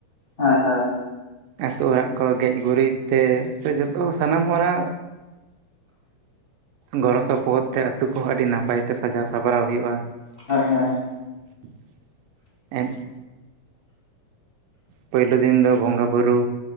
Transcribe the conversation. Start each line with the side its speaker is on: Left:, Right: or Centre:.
Left: ᱦᱳᱭ ᱦᱳᱭ
Right: ᱟᱹᱛᱩ ᱚᱲᱟᱜ ᱠᱚ ᱜᱮᱡ ᱜᱩᱨᱤᱡ ᱛᱮ ᱥᱮ ᱡᱚᱛᱚ ᱥᱟᱱᱟᱢ ᱦᱚᱲᱟᱜ ᱜᱚᱲᱚ ᱥᱚᱯᱚᱦᱚᱫ ᱛᱮ ᱟᱛᱳ ᱠᱚᱦᱚᱸ ᱟᱹᱰᱤ ᱱᱟᱯᱟᱭ ᱛᱮ ᱥᱟᱡᱟᱣ ᱥᱟᱯᱲᱟᱣ ᱦᱳᱭᱳᱜᱼᱟ᱾
Left: ᱦᱮ ᱦᱮᱸ
Right: <unintelligible> ᱯᱳᱭᱞᱳ ᱫᱤᱱ ᱫᱚ ᱵᱚᱸᱜᱟ ᱵᱩᱨᱩ᱾